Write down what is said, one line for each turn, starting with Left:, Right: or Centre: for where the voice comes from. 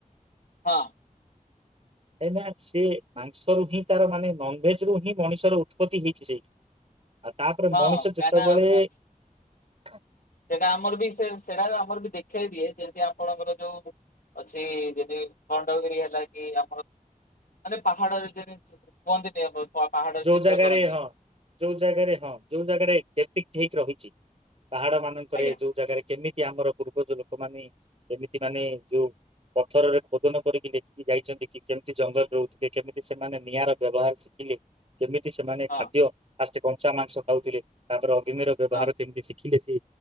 Left: ହଁ।
Right: କାଇଁନା ସେ ମାଂସ ରୁ ହିଁ ତାର ମାନେ ନନଭେଜ ରୁ ହିଁ ମଣିଷର ଉତ୍ପତ୍ତି ହେଇଛି ସେଇଠି। ଆଉ ତାପରେ
Left: ହଁ
Right: ମଣିଷ
Left: କାହିଁକିନା
Right: ଯେତେବେଳେ
Left: ଆମ
Right: ହଁ।
Left: ସେଟା ଆମର ବି ସେ ସେଟାର ଆମର ବି ଦେଖେଇ ଦିଏ ଯେମିତି ଆପଣଙ୍କର ଯଉ ଅଛି ଯେମତି ଖଣ୍ଡଗିରି ହେଲା କି ଆମର ମାନେ ପାହାଡରେ ଯେ କୁହନ୍ତିନି ଆମର। ପାହାଡର
Right: ଯଉ
Left: ଚିତ୍ର
Right: ଜାଗାରେ
Left: କରନ୍ତି।
Right: ହଁ ଯଉ ଜାଗାରେ ହଁ ଯଉ ଜାଗାରେ କେ ଠିକ୍ ଠିକ୍ ରହିଚି। ପାହାଡ ମାନଙ୍କରେ
Left: ଆଜ୍ଞା
Right: ଯଉ ଜାଗାରେ କେମିତି କି ଆମର ପୂର୍ବ ଯ ଲୋକମାନେେ କେମିତି ମାନେ ଯଉ ପଥରରେ ଖୋଦନ କରିକି ଦେେଖିକି ଯାଇଛନ୍ତି କି କେମିତି ଜଙ୍ଗଲରେ ରହୁଥିଲେ କେମିତି ସେମାନେ ନିଆଁର ବ୍ୟବହାର ଶିଖିଲେ କେମିତି ସେମାନେ
Left: ହଁ
Right: ଖାଦ୍ୟ ଫାଷ୍ଟ କଞ୍ଚା ମାଂସ ଖାଉଥିଲେ ତାପରେ ଗିନିର ବ୍ୟବହାର
Left: ହଁ
Right: କେମିତି ସି ଠିକ ଅଛି।